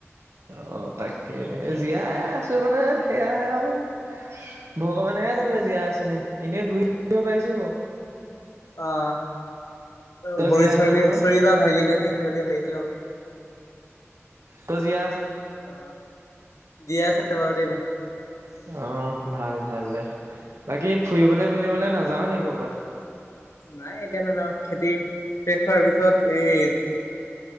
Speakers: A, on the right; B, on the left.
A: অ তাকে জীয়াই আছো মানে সেয়া <unintelligible> ভগৱানেহে যোনিবা জীয়াই আছেনে এনেই ঘূৰি ফ পাৰিছো বাৰু
B: আহ অ',
A: তই
B: ভৰি
A: জীয়াই
B: চলী-চৰি
A: আছ নহয়
B: বা ভাঙিলে নে, সেই বুলি ভাবিছিলোঁ‌ <unintelligible>
A: তজিয়
B: অ জিয় আছে বওম
A: আহ ভাল ভাল দে বাকী ফুৰিবলে মেলিবলৈ নাযাও নেকি কৰ'বাত
B: নাই এতিয়া নেযাওঁ খেতি শেষ হোৱাৰ পিছত এই